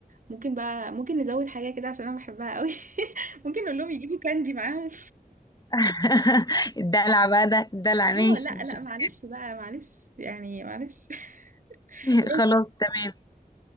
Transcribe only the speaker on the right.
ممكن بقى ممكن نزود حاجة كده عشان أنا بحبها قوي <laughs> ممكن نقول لهم يجيبوا كاندي معاهم
<laughs>
اه لا
لا
معلش بقى معلش يعني معلش <laughs>
لازم